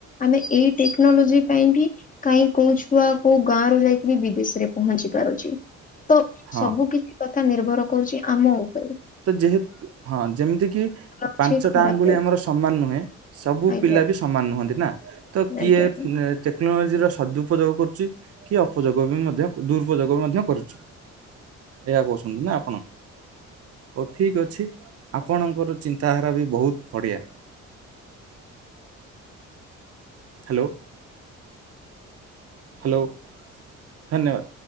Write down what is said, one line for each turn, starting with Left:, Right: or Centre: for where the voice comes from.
Left: ଆମେ ଏଇ ଟେକ୍ନୋଲୋଜି ପାଇଁ ବି କାଇହିଁ କୋଉ ଛୁଆ କୋଉ ଗାଁ ର ଯାଇକି ବି ବିଦେଶ ରେ ପହଞ୍ଚି ପାରୁଛି ତ
Right: ହଁ
Left: ସବୁ କିଛି କଥା ନିର୍ଭର କରୁଛି ଆମ ଉ
Right: ତ ଯେହେତ ହଁ ଯେମିତି କିି
Left: ଅଛି
Right: ପାଞ୍ଚଟା
Left: ଖରାପ
Right: ଆଙ୍ଗୁଳି
Left: ଅଛି
Right: ଆମର ସମାନ ନୁହେଁ। ସବୁ
Left: ଆଜ୍ଞା
Right: ପିଲା ବି ସମାନ ନୁହନ୍ତି ନା ତ କିଏ
Left: ଆଜ୍ଞା।
Right: ଏ ଟେକ୍ ଟେକ୍ନୋଲୋଜିର ସଦୁପଯୋଗ କରୁଛି କି ଅପଯୋଗ ବି ମଧ୍ୟ ଦୁରୁପଯୋଗ ମଧ୍ୟ କରୁଛି। ଏଆ କହୁଛନ୍ତି ନା ଆପଣ? ହଉ ଠିକ ଅଛି ଆପଣଙ୍କର ଚିନ୍ତାଧାରା ବି ବହୁତ ବଢିଆ।
Left: ଆ
Right: ହ୍ୟାଲୋ ହ୍ୟାଲୋ ଧନ୍ୟବାଦ।